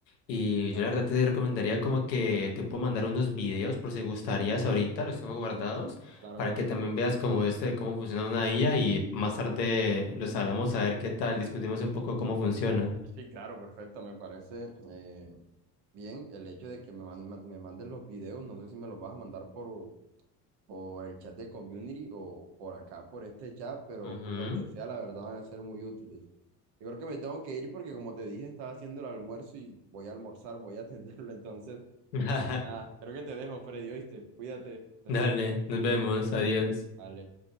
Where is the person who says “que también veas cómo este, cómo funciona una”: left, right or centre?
Left